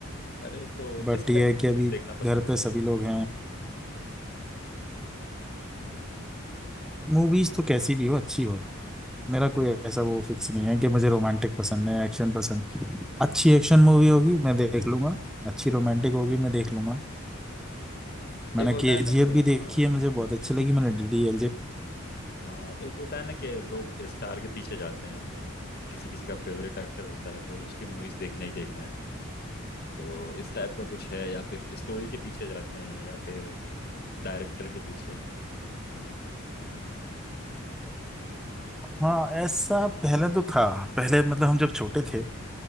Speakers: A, on the left (about 50°); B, in the centre.
A: अरे तो
B: बट
A: किस टाइप
B: ये
A: की
B: है कि
A: मूवीज
B: अभी
A: देखना पसंद
B: घर पे
A: करते
B: सभी लोग हैं मूवीज तो कैसी भी हो अच्छी हो मेरा कोई ऐसा वो फिक्स नहीं है कि मुझे रोमांटिक पसंद है एक्शन पसंद अच्छी एक्शन मूवी होगी मैं देख लूंगा अच्छी रोमांटिक होगी मैं देख लूंगा मैंने
A: एक होता
B: केजीएफ
A: है ना कि
B: भी देखी
A: हाँ
B: है मुझे बहुत अच्छी लगी मैंने डीडीएलजे
A: हाँ एक होता है ना कि लोग स्टार के पीछे जाते हैं किसी किसी का फेवरेट एक्टर होता है तो उसकी मूवीज देखना ही देखना है तो इस टाइप का कुछ है या फिर स्टोरी के पीछे जाते हैं या फिर डायरेक्टर के पीछे
B: हाँ ऐसा पहले तो था पहले मतलब हम जब छोटे थे